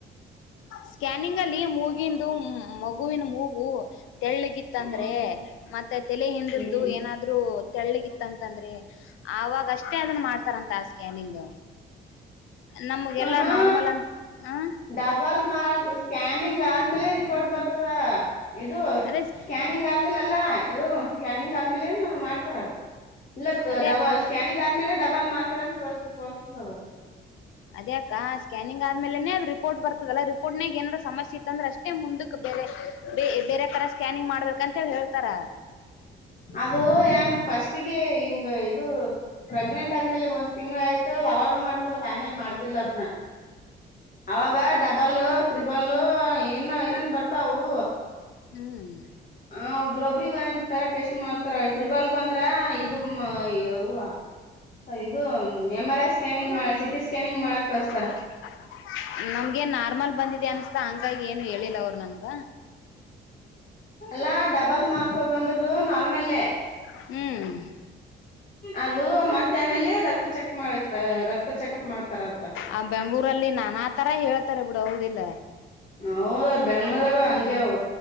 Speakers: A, on the left (about 85°); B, on the left (about 45°).
A: ಸ್ಕ್ಯಾನಿಂಗ್ ಅಲ್ಲಿ ಮೂಗಿಂದು ಮಗುವಿನ ಮೂಗು ತೆಳ್ಳಗಿತ್ತ ತ್ತಂದ್ರೆ
B: ಹ್ಮ್
A: ಮತ್ತೆ ತಲೆ ಹಿಂದಿಲ್ದು
B: ಹ್ಮ್
A: ಏನಾದ್ರೂ ತೆಳ್ಳಿಗಿತ್ತಂತಂದ್ರೆ ಅವಾಗ ಅಷ್ಟೇ ಅದನ ಮಾಡ್ತಾರಂತ ಆ ಸ್ಕ್ಯಾನಿಂಗ್. ನಮ್ಗೆಲ್ಲಾ
B: ಆಹಾ
A: ನಾರ್ಮಲ್ ಅ
B: ಡಬಲ್ ಮಾರ್ ಸ್ಕ್ಯಾನಿಂಗ್ ಆದ್ಮೇಲೆ ರಿಪೋರ್ಟ್ ಬರ್ತದ. ಇದು
A: ಅದೇ
B: ಸ್ಕ್ಯಾನಿಂಗ
A: ಹ
B: ಆದ್ಮೇಲೆ ಎಲ್ಲಾ ಇದು ಸ್ಕ್ಯಾನಿಂಗ್ ಆದ್ಮೇಲೆ ಏನ ಮಾಡ್ತಾರ. ಇಲ್ಲತ
A: ಅದೇ
B: ಡಬಲ್
A: ಅಕ್ಕ
B: ಸ್ಕ್ಯಾನಿಂಗ್ ಆದ್ಮೇಲೆ ಡಬಲ್ ಮಾರ್ಕರ್ ಅಂತ ಬರ್ತ ತೊರ್ಸತದ.
A: ಅದ ಅಕ ಸ್ಕ್ಯಾನಿಂಗ್ ಆದ್ಮೇಲೇನೇ ಅದ ರಿಪೋರ್ಟ್ ಬರ್ತದಲ್ಲ ರಿಪೋರ್ಟ್ನಾಗ ಏನಾರ್ ಸಮಸ್ಯೆ ಇತ್ತ ಅಂದ್ರ ಅಷ್ಟೇ ಮುಂದಕ್ ಬೇರೆ ಬೇರೆ ತರ ಸ್ಕ್ಯಾನಿಂಗ್ ಮಾಡ್ಬೇಕಂತೇಳಿ ಹೇಳ್ತಾರ.
B: ಅದು ಹೆಂಗ ಫಸ್ಟ್ಗೆ ಹಿಂಗ ಇದು ಪ್ರೆಗ್ನೆಂಟ್ ಆದ್ಮೇಲೆ ಒಂದ ತಿಂಗಳ ಆಯ್ತ ಅವಾಗ ಮಾಡ್ತಾರದ ಆಮೇಲೆ ಮಾಡುದಿಲ್ಲ ಅದನ. ಅವಾಗ ಡಬಲ್ಲ ತ್ರಿಬಲ್ಲ ಇನ್ನ ಏನನ ಬರ್ತವು.
A: ಹ್ಮ.
B: ಹ ಒಬ್ರೊಬ್ರಗ ಒ ತರ ಟೆಸ್ಟ್ ಮಾಡ್ತಾರ ತ್ರಿಬಲ್ ಬಂದ್ರ ಇದು ಯ ವಾ ಇದು ಎಂ ಆರ್ ಐ ಸ್ಕ್ಯಾನಿಂಗ್ ಮಾ ಸಿಟಿ ಸ್ಕ್ಯಾನಿಂಗ್
A: <unintelligible>
B: ಮಾಡಕ್ ಕಳಸ್ತಾರ
A: ನಮ್ಗೇನ ನಾರ್ಮಲ್ ಬಂದಿದೆ ಅನ್ಸ್ತಾ ಹಂಗಾಗಿ ಏನು ಹೇಳಿಲ್ಲ ಅವ್ರು ನಮ್ಗ
B: ಅಲ್ಲಾ ಡಬಲ್ ಮಾರ್ಕ್ ಬಂದರು ನಾರ್ಮಲ್ಲೇ
A: ಹ್ಮ.
B: ಅದು ಮತ್ತ ಆಮೇಲೆ ರಕ್ತ ಚೆಕ್ಪ್ ಮಾಡ ರಕ್ತ ಚೆಕಪ್ ಮಾಡ್ತಾರ ಅವ್ಕ
A: ಆ ಬೆಂಗ್ಳೂರಲ್ಲಿ ನಾನಾ ತರ ಹೇಳ್ತಾರೆ ಬಿಡು ಹೌದಿಲ್ಲ.
B: ಹೌದ ಬೆಂಗ್ಳೂರಾಗ ಹಂಗೆ
A: ಹ
B: ಅವ